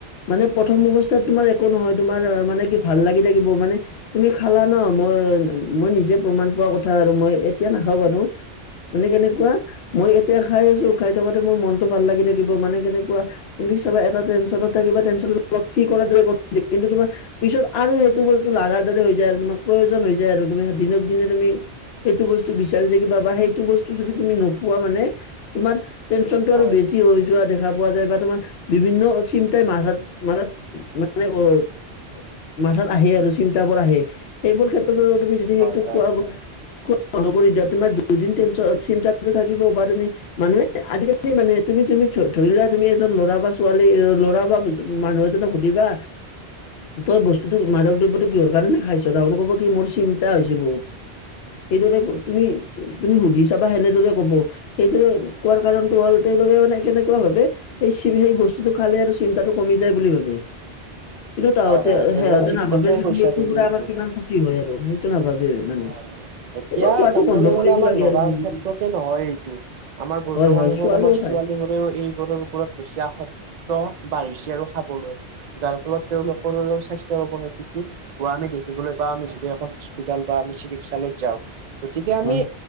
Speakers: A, on the left; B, on the right.
A: মানে প্ৰথম অৱস্থাত তোমাৰ একো নহয় তোমাৰ মানে কি ভাল লাগি থাকিব মানে তুমি খালা ন মই - মই নিজে প্ৰমাণ পোৱা কথা আৰু মই এতিয়া নাখাওঁ ব আৰু মানে কেনেকুৱা মই এতিয়া খাই আছো খাই থকাতে মোৰ মনতটো ভাল লাগি থাকিব মানে কেনেকুৱা তুমি চবা এটা টেনচনত থাকিবা টেনন ফ্ৰী কিন্তু তোমাৰ পিছত আৰু সেইটো বস্তু ল লগাৰ দৰে হৈ যায় আৰু তোমাক প্ৰয়োজন হৈ যায় আৰু তুমি দিনক দিনে তুমি সেইটো বস্তু বিচাৰি থাকিবা বা সেইটো বস্তু যদি তুমি নোপোৱা মানে তোমাৰ টেনশ্যনটো
B: হয়
A: আৰু বেছি হৈ যোৱা দেখা পোৱা যায় বা তোমাৰ বিভিন্ন চিন্তাই মাথাত - মাথাত মানে উম, মাথাত আহে আৰু চিন্তা বোৰ আহে সেইবোৰ ক্ষেত্ৰতো তুমি যদি
B: হয়
A: সেইটো
B: হয়
A: খুৱাব কু বন্ধ কৰি দিয়া তোমাৰ দুদিন চিন্তা থাকিব বা তুমি মানুহে আজিকালি মানে তুমি - তুমি ধৰি লোৱা তুমি এজন ল'ৰা বা ছোৱালী ল'ৰা বা মানুহ এজনক সুধিবা তই বস্তুতটো মাদক দ্ৰবতো কিহৰ কাৰণে খাইছ ত ক'ব কি মোৰ চিন্তা হৈছে বহুত সেইদৰে তুমি - তুমি সুধি ছাবা সেনেদৰে কব সেইটোৰে কোৱাৰ কাৰণটো হ'ল তেওঁলোকে মানে কেনেকুৱা ভাবে সে সেই বস্তুটো খালে আৰু চিন্তাটো কমি যায় বুলি ভাবে কিন্তু তাহতে
B: হয় হয় একেবাৰে
A: সিহতে
B: ঠিক
A: নাভাবে
B: কথাই
A: যদি
B: কৈছা
A: এইটো
B: তুমি
A: পোৰা আমাৰ কিমান ক্ষতি হয় আৰু সেইটো নাভাবে মানে
B: হয়। এতিয়া
A: এইবোৰ খোৱাটো
B: কবলৈ
A: বন্ধ কৰিব
B: গ'লে আমাৰ
A: লাগে
B: লৰাৰ
A: আৰু
B: ক্ষেত্ৰতে নহয় এইটো আমাৰ বৰ্তমান
A: হয় হয়
B: সময়ত
A: ছোৱালীও
B: আমাৰ
A: খায়
B: ছোৱালী এইবোৰৰ ওপৰত বেছি আসক্ত বাঢ়িছে আৰু খাবলৈ। যাৰ ফলত তেওঁলোকৰো স্বাস্থ্যৰ অৱনতিটো কোৱা আমি দেখিবলৈ পাও আমি যদি এখন হস্পিতাল বা আমি চিকিৎসা লয়ত যাও গতিকে আমি
A: হয়